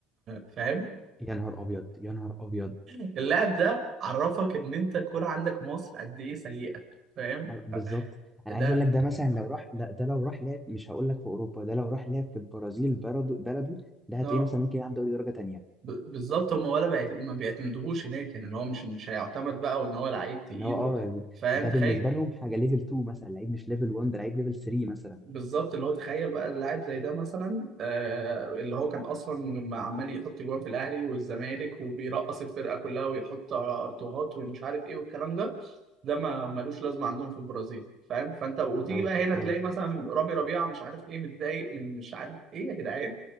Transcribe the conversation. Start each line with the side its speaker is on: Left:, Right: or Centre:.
Right: فاهم
Centre: يا نهار ابيض يا نهار ابيض
Right: اللاعب ده عرفك ان انت الكوره عندك مصر قد ايه سيئه فاهم
Centre: آه، بالظبط انا عايز
Right: ده
Centre: اقول لك ده مثلا لو راح لا ده لو راح لعب مش هقول لك في اوروبا ده لو راح لعب في البرازيل بلده بلده ده هتلاقيه
Right: اه
Centre: مثلا ممكن يلعب دوري درجه تانية
Right: ب- بالظبط هم ولا بيعت... ما بيعتمدوهوش هناك يعني اللي هو مش مش هيعتمد بقى وان هو لعيب تقيل
Centre: اللي هو اه
Right: و... فاهم
Centre: ده
Right: تخيل
Centre: بالنسبه لهم حاجه ليفل 2 مثلا لعيب مش ليفل 1 ده لعيب ليفل 3 مثلا
Right: بالظبط اللي هو تخيل بقى اللاعب زي ده مثلا آه اللي هو كان اصلا عمال يحط جوان في الاهلي والزمالك وبيرقص الفرقه كلها ويحط ارتوهات ومش عارف ايه والكلام ده ده ما ملوش لازمه عندهم في البرازيل فاهم فانت وتيجي
Centre: اه
Right: بقى هنا
Centre: اه
Right: تلاقي مثلا رامي ربيعه مش عارف ايه متضايق من مش عارف ايه يا جدعان